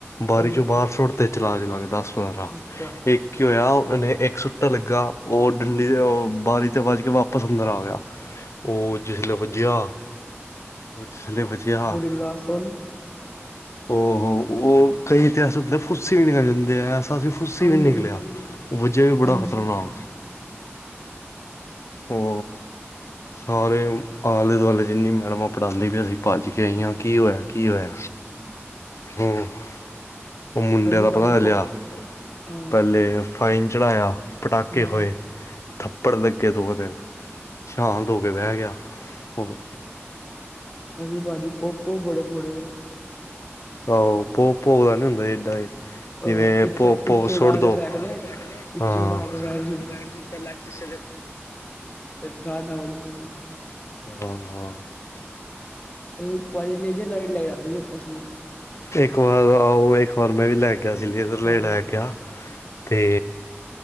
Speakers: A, on the left (about 85°); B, on the left (about 35°).
A: ਬਾਰੀ
B: ਆਹ
A: ਚੋਂ ਬਾਹਰ ਸੁੱਟ ਤੇ ਚਲਾ ਕੇ ਚਲਾ ਕੇ ਦਸ। ਸਾਰਰਾ
B: ਅੱਛਾ
A: ਇੱਕ ਕੀ ਹੋਇਆ। ਨੇ ਇੱਕ ਸੁੱਟਾ ਲੱਗਾ ਉਹ ਡੰਡੀ ' ਬਾਰੀ 'ਤੇ ਵਜ ਕੇ ਵਾਪਸ ਅੰਦਰ ਆ ਗਿਆ। ਉਹ ਜਿਸ ਵੇਲੇ ਪੁੱਜਿਆ। ਜਲ ਲਈ ਬਚਿਆ।
B: ਪੂਰੀ ਕਲਾਸ ਸੁਣ
A: ਹੋ ਉਹ ਕਈ ਤੇ ਅਸੀਦੇ ਖੁੱਸਸੀ ਵੀ ਨਹੀ ਕੇ ਜਾਂਦੇ ਆ। ਸ ਫੁੱਸੀ
B: ਹਾਂਜੀ
A: ਵੀ ਨਹੀਂ ਨਿਕਲਿਆ ਉਹ ਵਜ੍ਹਾ ਵੀ ਬੜਾ
B: ਹਾਂਜੀ
A: ਖਤਰਨਾਕ। ਹਾਂ। ਸਾਰੇ ਆਲੇ ਦੁਆਲੇ ਜਿੰਨੀ ਮੈਡਮਾਂ ਪੜ੍ਹਾਂਦੀ ਵੀ ਸੀਂ ਭੱਜ ਕੇ ਆਈ। ਕੀ ਹੋਇਆ ਕੀ ਹੋਇਆ ਹੂੰ। ਉਹ ਮੁੰਡੇ
B: ਅਸੀਂ
A: ਦਾ
B: ਭਾਜੀ
A: ਪਤਾ ਚੱਲਿਆ
B: ਪੋ ਅਹ
A: ਪਹਿਲੇ ਫਾਈਨ ਚੜ੍ਹਾਇਆ। ਪਟਾਕੇ
B: ਹਮ
A: ਹੋਏ ਥੱਪੜ ਲੱਗੇ ਦੋ ਦਿਨ। ਸ਼ਾਤ ਹੋ ਕੇ ਬਹਿ ਗਿਆ ਉਹ।
B: ਅਸੀਂ ਭਾਜੀ ਭੁਪੋ ਬੜੇ-ਬੜੇ ਨੇ।
A: ਆਹੋ ਭੋ-ਭੋ ਦਾ ਨੀ ਹੁੰਦਾ ਏਡਾ
B: ਅਹ
A: ਜਿਵੇਂ
B: ਪਿੱਛੇ
A: ਭੋ-ਭੋ
B: ਪਿੱਛੇ ਉਡਾ
A: ਸੁੱਟ
B: ਕੇ
A: ਦੋ।
B: ਫੈਕਨੇ
A: <unintelligible>
B: ਪਿੱਛੇ ਉਡਾ ਕੇ ਫੈਕ
A: <unintelligible>
B: <unintelligible> ਤੁਸੀ।
A: ਹਾਂ-ਹਾਂ।
B: ਨੇ ਲਾਈਟ ਲੈ ਜਾਂਦੇ ਸੀ <unintelligible>
A: ਇੱਕ ਵਾਰ ਆਓ ਇੱਕ ਵਾਰ ਮੈਂ ਵੀ ਲੈ ਗਿਆ ਸੀ ਉਧਰਲੇ
B: ਹਾਂ
A: ਲੈ ਗਿਆ। ਤੇ।